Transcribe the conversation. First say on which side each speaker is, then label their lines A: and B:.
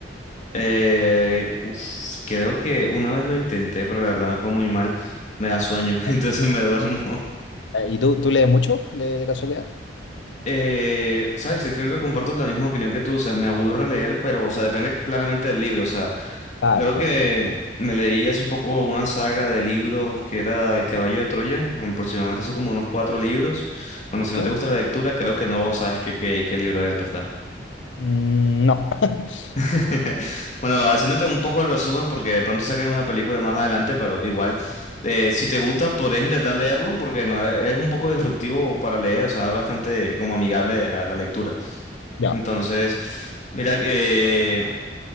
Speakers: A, on the left; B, on the left.
A: Eh, uf, creo que una vez lo intenté, pero la verdad me fue muy mal. Me da sueño, <laughs>
B: Ah,
A: entonces me duermo.
B: Eh, ¿Y tú, tú lees mucho de, de casualidad?
A: Eh, ¿sabes? Sí, Creo que comparto la misma opinión que tú, o sea, me aburre leer, pero, o sea, depende claramente del libro, o sea,
B: Claro,
A: creo
B: claro.
A: que me leí hace poco una saga de libros que era El Caballo de Troya, aproximadamente son como unos cuatro libros, bueno, si no
B: ¿Sí?
A: te gusta la lectura, creo que no sabes qué, qué, qué libro es, ¿verdad?
B: Mm, no. <laughs>
A: <laughs> Bueno, haciéndote un poco el resumen, porque de pronto sacan una película más adelante, pero igual, eh, si te gusta, podrías intentar leerlo, porque no, es es un poco disruptivo para leer, o sea, es bastante como amigable a la lectura.
B: Ya,
A: Entonces, mira que